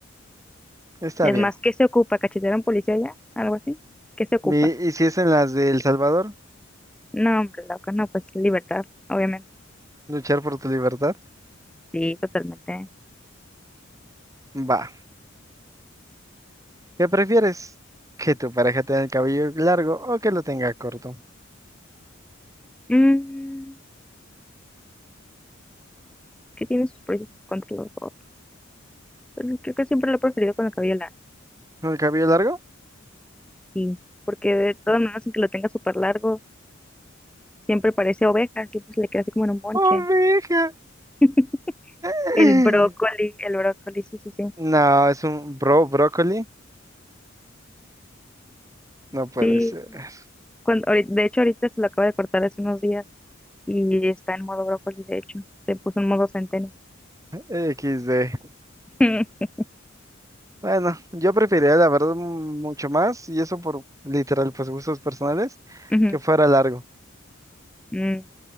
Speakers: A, on the right; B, in the centre.
A: Está
B: Es
A: bien.
B: más, ¿qué se ocupa? ¿Cachetear a un policía allá? ¿Algo así? ¿Qué se ocupa?
A: Mi- ¿Y si es en las de El Salvador?
B: No, hombre, loca, no, pues libertad, obviamente.
A: ¿Luchar por tu libertad?
B: Sí, totalmente.
A: Va. ¿Qué prefieres? ¿Que tu pareja tenga el cabello largo o que lo tenga corto?
B: Mm, ¿qué tiene sus pros y sus contras los dos? Pero creo que siempre lo he preferido con el cabello largo.
A: ¿El cabello largo?
B: sí, porque de todas maneras, aunque lo tenga súper largo, siempre parece oveja, siempre se le queda así como en un bonche.
A: ¡Oveja!
B: <laughs>
A: <laughs>
B: El brócoli, el brócoli, sí, sí, sí.
A: No, es un bro brócoli. No puede
B: Sí,
A: ser. <laughs>
B: cuando, ahori- de hecho ahorita se lo acabo de cortar hace unos días y está en modo brócoli, de hecho, se puso en modo centeno.
A: equis de
B: <laughs>
A: Bueno, yo preferiría la verdad mm, mucho más, y eso por literal, pues gustos personales,
B: Ujú,
A: que fuera largo.
B: mm,